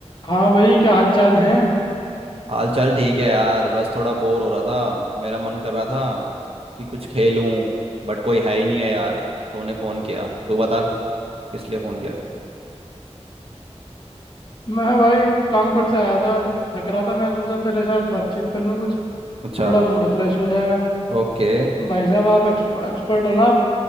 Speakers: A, on the left; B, on the right.
A: हाँ भाई क्या हाल चाल है
B: हाल चाल ठीक है यार बस थोड़ा बोर हो रहा था मेरा मन कर रहा था कि कुछ खेलूं बट कोई है ही नहीं है यार तूने फ़ोन किया तू बता किस लिए फ़ोन किया
A: मैं भाई काम पर से आया था थक रहा था मैं सोचा तेरे साथ बातचीत कर लूँ कुछ
B: अच्छा
A: थोड़ा मूड फ्रेश हो जाएगा
B: ओके
A: भाई साहब आप एक्सपर्ट हो ना आप